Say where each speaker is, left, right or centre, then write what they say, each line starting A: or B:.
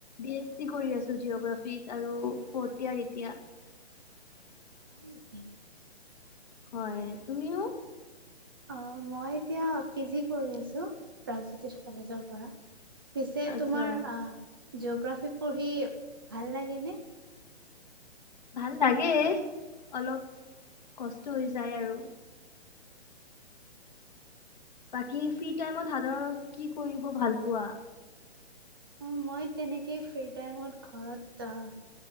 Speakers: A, on the left (about 40°); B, on the right (about 20°).
A: ব <unintelligible> কৰি আছো জিঅগ্ৰাফী আৰু ফৰট ইয়াৰ এতিয়া <unintelligible>
B: হয় নেকি হয়
A: হয় তুমিও
B: অ' মই এতিয়া পি এইচ ডি কৰি আছোঁ প্ৰাগজ্যোতিষ কলেজৰ পৰা <unintelligible> পিছে
A: আচ্ছা
B: তোমাৰ জিঅ'গ্ৰাফী পঢ়ি ভাল লাগেনে
A: ভাল লাগে অলপ কষ্ট হৈ যায় আৰু
B: আহ
A: বাকী ফ্ৰী টাইমত সাধাৰণত কি কৰিব ভাল পোৱা
B: অ মই তেনেকেই ফ্ৰী টাইমত ঘৰত অ